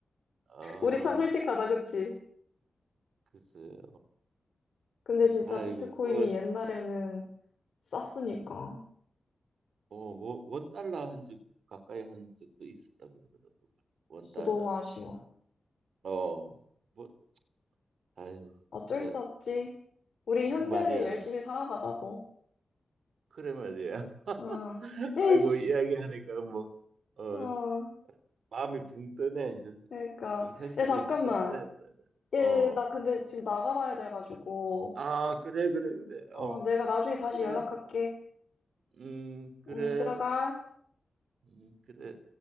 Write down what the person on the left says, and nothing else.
우리 참 솔직하다, 그치?
근데 진짜
비트코인이
옛날에는 쌌으니까.
진짜
너무 아쉬워.
어쩔
수 없지. 우리
현재를
열심히 살아가자고.
어. 에이씨.
어.
그러니까.
야, 잠깐만.
예,
나 근데 지금 나가봐야 돼가지고.
어,
내가 나중에 다시
연락할게.
응, 들어가.